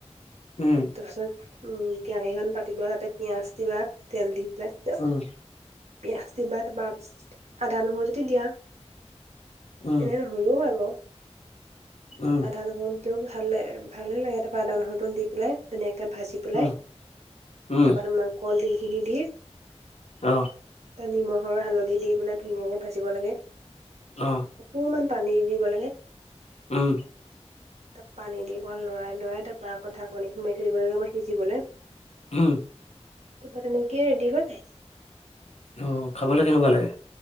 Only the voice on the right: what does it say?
তাৰপিছত উম কেৰাহীখন পাতিবা, তাতে পিয়াজ দিবা তেল দি পেলাই
পিয়াজ দিবা তাৰপা আদা নহৰু যদি দিয়া
এনে নহলেও হয় বাৰু,
আধা ন গোন্ধটো ভাল ভালে লাগে তাৰপৰা আদা নাহৰুটো দি পেলাই ধুনীয়াকৈ ভাজি পেলাই
তাৰপৰা তোমাৰ কলদিলখিনি দি
তাত নিমখ আৰু হালধি দি পেলাই ধুনীয়াকে ভাজিব লাগে।
অকমান পানী দিব লাগে।
তাত পান দি অকমান লৰাই লৰাই তাৰপৰা আকৌ ঢাকনিখনি মাৰি থৈ দিব লাগে অকমান সিজিবলৈ।
তাপা তেনেকে ৰেডি হৈ